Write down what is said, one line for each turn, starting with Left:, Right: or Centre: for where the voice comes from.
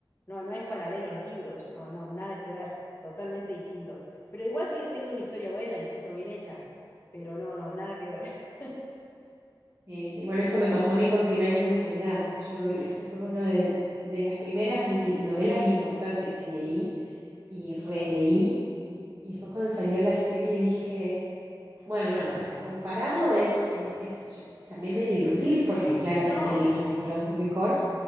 Left: no, no es paralelo a los libros, no, no, nada que ver, totalmente distinto. Pero igual sigue siendo una historia buena y súper bien hecha, pero no, no, nada que ver. <laughs>
Right: Eh, sí, Bueno, eso me pasó a mí con Cien años de soledad. Yo, ese fue uno de, de las primeras li- novelas importantes que leí y releí. Y después cuando salió la serie dije... Bueno, no, o sea, compararlo es, es, es también medio inútil porque claramente
Left: No,
Right: el libro siempre va a ser mejor,